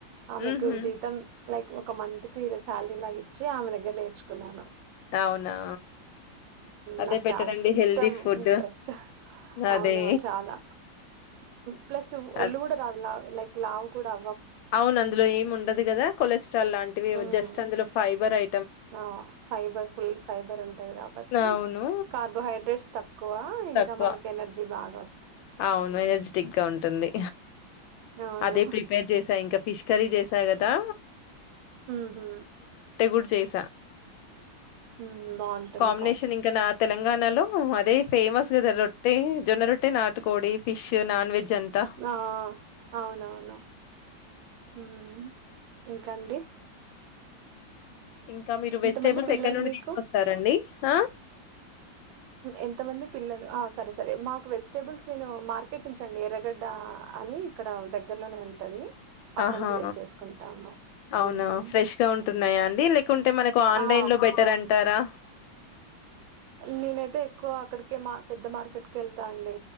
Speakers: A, on the right; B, on the left.
A: ఆమెకు
B: హుహు.
A: జీతం లైక్ ఒక మంత్ కి శాలరీ లాగా ఇచ్చి ఆమె దగ్గర నేర్చుకున్నాను
B: అవునా అదే
A: నాకు
B: బెటరండి
A: చాలా ఇష్టం
B: హెల్తీ ఫుడ్.
A: ఇంట్రెస్ట్
B: అదే.
A: అవునవును చాలా ప్లస్ ఒళ్ళు
B: అద్
A: కూడా రాదు లైక్ లావు కూడాడా
B: అవును అందులో ఏమి ఉండదు కదా కొలెస్ట్రాల్ లాంటివి
A: హ్మ్
B: జస్ట్ అందులో ఫైబర్ ఐ
A: ఆ ఫైబర్ ఫుల్ ఫైబర్ ఉంట ది కాబట్టి
B: అవును.
A: కార్బోహైడ్రేట్స్ తక్కువ ఇంకా
B: తక్కువ.
A: మనకి ఎనర్జీ బాగా ఉంటాది
B: అవును ఎనర్జెటిక్ గా ఉంటుంది
A: అవును
B: అదే ప్రిపేర్ చేసా ఇంకా ఫిష్ కర్రీ చేసా కదా
A: ఉహూ
B: గూడా చేసా
A: ఉమ్ బాగుంటుంది
B: కాంబినేషన్ ఇంక నా తెలంగాణలో అదే ఫేమస్ కదా రొట్టె జొన్న రొట్టె నాటుకోడి ఫిష్ నాన్ వెజ్ అంతా
A: ఆ ఆ అవునవును ఉమ్ ఇంకాండి
B: ఇంకా మీరు వెజిటేబుల్స్
A: మంది పిల్లలు
B: ఎక్కడి నుండి
A: మీకు
B: తీసుకొస్తారంండి హా
A: ఎంతమంది పిల్లలు సరే సరే మాకు వెజిటేబుల్స్ నేను మార్కెట్ నుంచండి ఎర్రగడ్డ అని ఇక్కడ దగ్గరలోనే ఉంటది అక్కంచి
B: ఆహా
A: తెచ్చేసుకుంటాము
B: అవునా
A: ఉమ్
B: ఫ్రెష్ గా ఉంటున్నాయా అండి లేకుంటే మనకు ఆన్లైన్
A: ఆ
B: లో బెటర్ అంట తర
A: నేనైతే ఎక్కువ అక్కడికే మా పెద్ద మార్కెట్కి వెళ్తా అండి